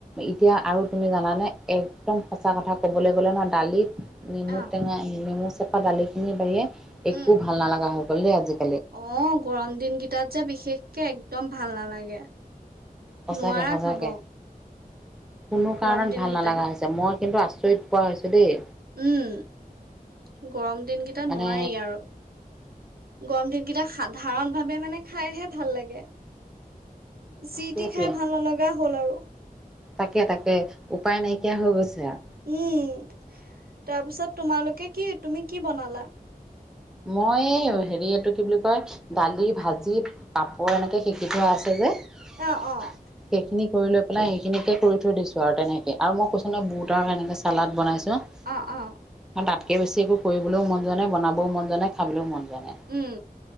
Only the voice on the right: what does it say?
অ
উম
অ' গৰম দিনকেইটাত যে বিশেষকে একদম ভাল নালাগে।
নোৱাৰা
খাব।
গৰম
দিন
কেইটাত
উম, গৰম দিনকেইটা
নোৱাৰি আৰু! গৰম দিনকেইটাত সাধাৰণভাৱে মানে খাইহে ভাল লাগে। যিটি
খাই ভাল নলগা হ'ল আৰু!
উম, তাৰপিছত তোমালোকে কি, তুমি কি বনালা?
অ', অ',
অ', অ',
উম।